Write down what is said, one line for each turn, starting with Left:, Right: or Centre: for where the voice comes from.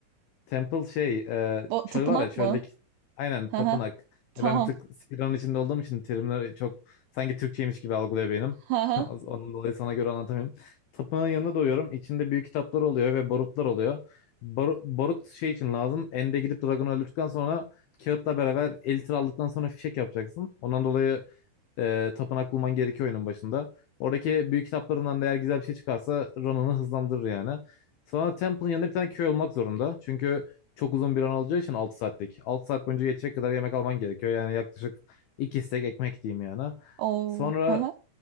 Left: Temple şey e,
Right: Bu-
Left: çöl
Right: Tapınak
Left: var ya çöldeki
Right: mı?
Left: aynen
Right: Hı
Left: tapınak.
Right: hı. Tamam.
Left: E, ben bir tık speedrun içinde olduğum için terimleri çok sanki Türkçeymiş gibi algılıyor beynim.
Right: <laughs>
Left: <laughs> Onun dolayı sana göre anlatamıyorum. Tapınağın yanına doyuyorum. İçinde büyük kitaplar oluyor ve barutlar oluyor. Baru- barut şey için lazım. End'e gidip dragonu öldürdükten sonra kağıtla beraber elitir aldıktan sonra fişek yapacaksın. Ondan dolayı e, tapınak bulman gerekiyor oyunun başında. Oradaki büyük kitaplarından da eğer güzel bir şey çıkarsa Ronan'ı hızlandırır yani. Sana Temple'ın yanında bir tane köy olmak zorunda. Çünkü çok uzun bir an olacağı için 6 saatlik. 6 saat boyunca yetecek kadar yemek alman gerekiyor. Yani yaklaşık 2 stek ekmek diyeyim yani.
Right: Oo,
Left: Sonra
Right: hı hı,